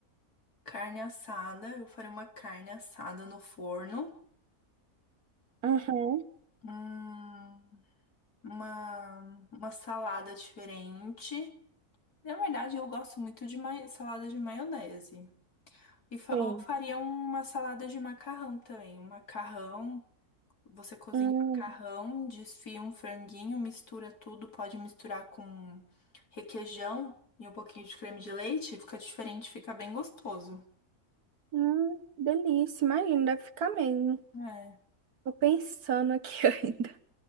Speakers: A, on the left; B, on the right.
A: carne assada. Eu farei uma carne assada no forno.
B: Uhum,
A: Hum, uma, uma salada diferente. Na verdade, eu gosto muito de ma- salada de maionese. E fa-
B: tem.
A: ou faria uma salada de macarrão também. Um macarrão, você cozinha
B: Hum,
A: o macarrão, desfia um franguinho, mistura tudo, pode misturar com requeijão e um pouquinho de creme de leite, fica diferente, fica bem gostoso.
B: hum, delícia, imagina, deve ficar mesmo.
A: É.
B: Tô pensando aqui <laughs> ainda